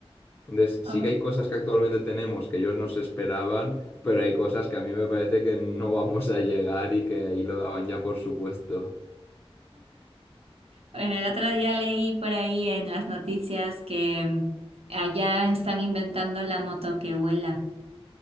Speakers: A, on the left; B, on the right.
A: Entonces, sí
B: Oh.
A: que hay cosas que actualmente tenemos que ellos no se esperaban, pero hay cosas que a mí me parece que no vamos a llegar y que ahí lo daban ya por supuesto.
B: Bueno, el otro día leí por ahí en las noticias que mm, allá están inventando la moto que vuela.